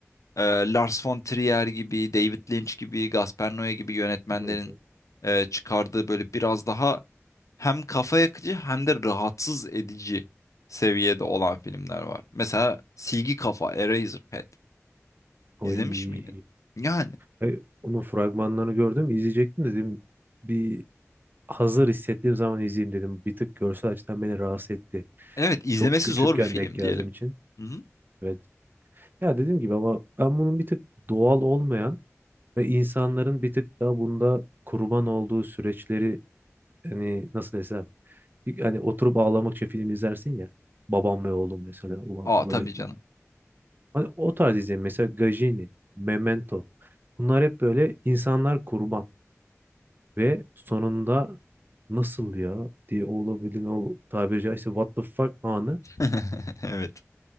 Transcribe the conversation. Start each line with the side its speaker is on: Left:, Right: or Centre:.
Left: e, Lars von Trier gibi David Lynch gibi Gaspar Noé gibi yönetmenlerin
Right: Hı hı.
Left: e, çıkardığı böyle biraz daha hem kafa yakıcı hem de rahatsız edici seviyede olan filmler var. Mesela Silgi Kafa Eraserhead
Right: Oy.
Left: İzlemiş miydin? Yani
Right: Ay, onun fragmanlarını gördüm. izleyecektim dedim. Bir hazır hissettiğim zaman izleyeyim dedim. Bir tık görsel açıdan beni rahatsız etti.
Left: Evet, izlemesi
Right: Çok küçükken
Left: zor bir film
Right: denk geldiğim
Left: diyelim.
Right: için.
Left: Hı hı.
Right: Evet. Ya dediğim gibi ama ben bunun bir tık doğal olmayan Ve insanların bir tık daha bunda kurban olduğu süreçleri hani nasıl desem bir- hani oturup ağlamak için film izlersin ya. Babam ve oğlum mesela. Ulan
Left: Aa
Right: Böyle,
Left: tabii canım.
Right: hani o tarz izleyin. Mesela Gajini, Memento. Bunlar hep böyle insanlar kurban. Ve sonunda nasıl ya diye olabildiğin o tabiri caizse what the fuck anı
Left: <laughs> Evet.